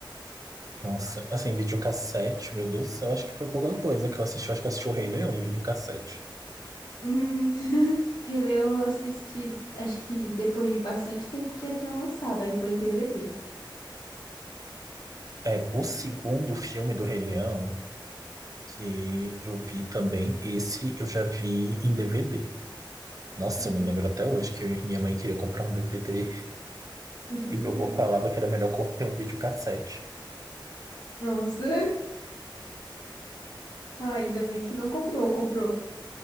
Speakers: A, on the right; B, on the left.
A: Nossa, assim, videocassete, meu Deus do céu, acho que foi pouca coisa que eu assisti. Eu acho que eu assisti o Rei Leão em videocassete.
B: Hum, <laughs> Rei Leão eu assisti, acho que depois de bastante tempo que já tinha lançado, aí foi em DVD.
A: É, o segundo filme do Rei Leão. que eu vi também. Esse eu já vi em DVD. Nossa,
B: Uhum.
A: eu me lembro até hoje que minha mãe queria comprar um DVD
B: <laughs>
A: e meu avô falava que era melhor co- ter um videocassete.
B: Nossa, Ah, ainda bem que não comprou, comprou.